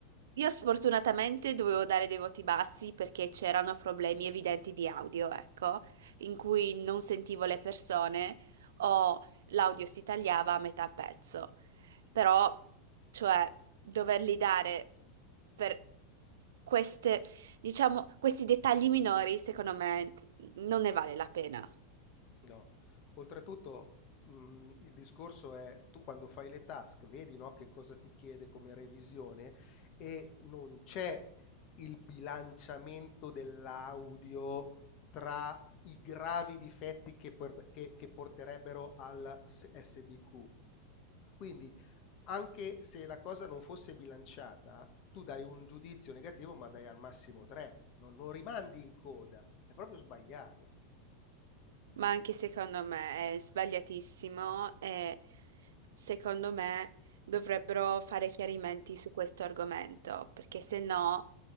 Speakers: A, on the right; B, on the left.
A: io sfortunatamente dovevo dare dei voti bassi perché c'erano problemi evidenti di audio, ecco, in cui non sentivo le persone o l'audio si tagliava a metà pezzo. Però, cioè, doverli dare per queste, diciamo, questi dettagli minori, secondo me, non ne vale la pena.
B: No, oltretutto, mh, il discorso è tu quando fai le task, vedi, no, che cosa ti chiede come revisione e non c'è il bilanciamento dell'audio tra i gravi difetti che, por- che- che porterebbero al S- SBQ. Quindi, anche se la cosa non fosse bilanciata, tu dai un giudizio negativo, ma dai al massimo 3, non non rimandi in coda, è proprio sbagliato.
A: Ma anche secondo me è sbagliatissimo e secondo me dovrebbero fare chiarimenti su questo argomento, perché se no,